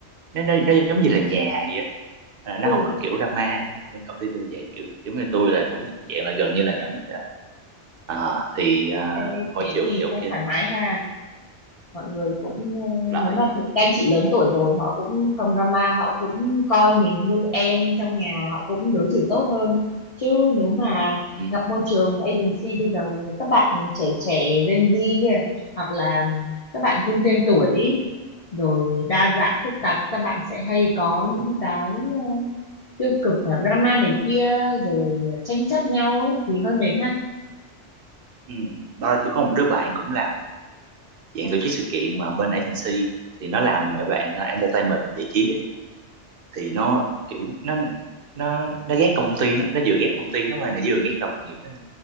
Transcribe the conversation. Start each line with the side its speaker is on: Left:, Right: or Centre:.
Right: nó nó, nó giống như là nhà vậy á. à, nó
Left: ừ
Right: không có kiểu drama bên công ty tôi vậy kiểu giống như tôi là cũng thuộc dạng là gần như là nhỏ nhất rồi đó à, thì à,
Left: ê,
Right: môi
Left: thế
Right: trường
Left: thì
Right: thì ok
Left: cũng thoải mái ha mọi người
Right: ừ,
Left: cũng ờ,
Right: lại
Left: nếu mà thường các anh chị lớn tuổi rồi họ cũng không drama họ cũng coi mình như em trong nhà họ cũng đối xử tốt hơn chứ nếu mà
Right: ừ,
Left: gặp môi trường agency bây giờ như các bạn trẻ trẻ Gen Z kia hoặc là các bạn thêm thêm tuổi ý, rồi đa dạng phức tạp các bạn sẽ hay có những cái ờ, tiêu cực là drama này kia rồi ờ, tranh chấp nhau ấy thì hơi mệt ha
Right: ừ. Ba, tôi có một đứa bạn cũng làm dạng tổ chức sự kiện mà bên agency thì nó làm mấy bạn à, entertainment giải trí á. thì nó kiểu nó nó nó ghét công ty nó, nó vừa ghét công ty nó mà nó vừa ghét đồng nghiệp nó nữa.